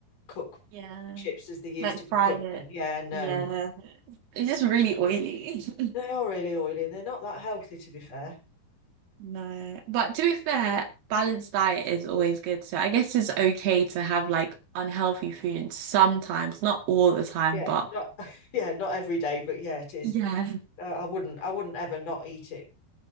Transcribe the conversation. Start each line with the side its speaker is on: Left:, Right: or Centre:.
Left: cook
Right: Yeah,
Left: chips as they used
Right: like
Left: to be
Right: fry
Left: cooked.
Right: it.
Left: And yeah, no,
Right: Yeah, It's just really oily. <laughs>
Left: they are really oily and they're not that healthy, to be fair.
Right: no. But to be fair, balanced diet is always good. So I guess it's okay to have like unhealthy food sometimes, not all the time,
Left: Yeah,
Right: but
Left: not <laughs> yeah, not every day, but yeah, it is.
Right: yeah,
Left: Uh, I wouldn't, I wouldn't ever not eat it